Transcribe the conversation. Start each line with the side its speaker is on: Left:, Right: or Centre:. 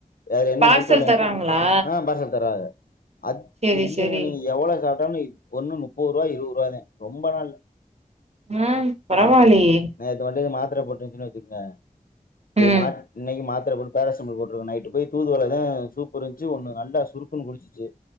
Left: வேற என்ன
Right: பார்சல்
Left: நொருக்கல
Right: தராங்களா
Left: ஆ பார்சல் தராரு அக்
Right: சேரி
Left: இங்க
Right: சேரி
Left: நீங்க எவ்ளோ சாப்ட்டாலு ஒன்னு முப்போரூவா இருவோரூவாதே ரொம்பலா இல்ல
Right: அ பரவால்லியே
Left: நேத்து மட்டு இது மாத்தர போட்டுருச்சின்னு வச்சுக்ங்க இது
Right: ம்
Left: மாத் இன்னைக்கு மாத்தர போட் பேராசிமல் போட்டிருக்கு நைட்டு போய் தூதுவலத சூப்பு இருந்துச்சு ஒன்னு நல்லா சுருக்குன்னு குடிச்சுசு